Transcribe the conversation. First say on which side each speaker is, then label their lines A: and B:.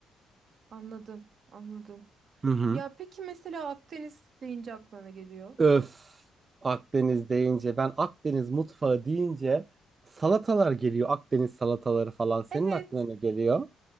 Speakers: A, on the right; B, on the right.
A: anladım. Anladım.
B: Hı hı.
A: Ya peki mesela Akdeniz deyince aklına ne geliyor.
B: Öf. Akdeniz deyince ben Akdeniz mutfağı deyince salatalar geliyor. Akdeniz salataları falan senin
A: Evet,
B: aklına ne geliyor?